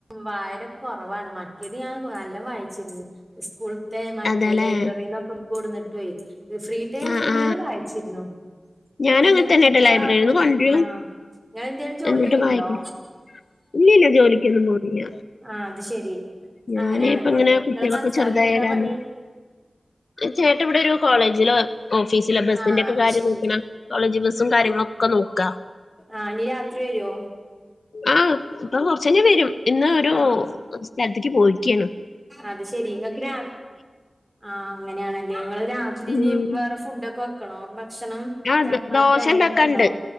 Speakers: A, on the right; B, on the left.
A: വായന കൊറവാണ് മറ്റേത് ഞാൻ നല്ലൊം വായ്ച്ചിരുന്നു സ്കൂള്ത്തേ മറ്റെ
B: അതല്ലേ
A: ലൈബ്രറീന്നൊക്ക കൊടുന്നിട്ടൊയ് ഫ്രീ ടൈം
B: ആ
A: ഫുള്ള്
B: ആ
A: വായിച്ചിര്ന്നു ഇപ്പൊ
B: ഞാനും
A: പിന്നെ
B: അങ്ങനെ തന്നെ
A: കുട്ടീളാവുമ്പെ
B: കേട്ടോ ലൈബ്രറിയിൽ നിന്ന് കൊണ്ടുവരും
A: ആഹ് ഇങ്ങളെ എന്തേലും ജോലിയ്യ്ൺണ്ടൊ
B: എന്നിട്ട് വായിക്കും ഇല്ലില്ല ജോലിക്കൊന്നും പോണില്ല
A: ആഹ് അത് ശെരി
B: ഞാന്
A: അങ്ങനെയാണല്ലേ
B: ഇപ്പ ഇങ്ങന
A: നിങ്ങളെ
B: കുട്ടീളൊക്ക
A: ഭർത്താവിന്
B: ചെറ്തായ
A: എന്താ
B: കാര്ണം
A: പണി
B: ചേട്ട ഇവടൊരു കോളേജില ഓഫീസില ബസ്സിന്റൊക്ക
A: ആഹ് അത്
B: കാര്യം
A: ശെരി
B: നോക്ക്ണ കോളേജ് ബസ്സും കാര്യങ്ങളും ഒക്ക നോക്ക
A: ആഹ് ഇഞി രാത്രി വരോ
B: ആഹ് ഇപ്പം കൊറ്ച്ചഴ്ഞ വരും ഇന്ന് ഒരു
A: ആഹ്
B: സ്ഥലത്ത്ക്ക് പോയ്ക്കാണ്
A: അത് ശരി ഇങ്ങക് രാ ആഹ് അങ്ങനെയാണല്ലെ ഇങ്ങള് രാത്രി
B: ഉം,
A: ഇനി വേറെ ഫുഡ്ഡൊക്ക വെക്കണൊ ഭക്ഷണം
B: ആ
A: ചപ്പാത്തി
B: ദ- ദോശ
A: അങ്ങനെയൊക്കണ്ടൊ
B: ഉണ്ടാക്കാണ്ട്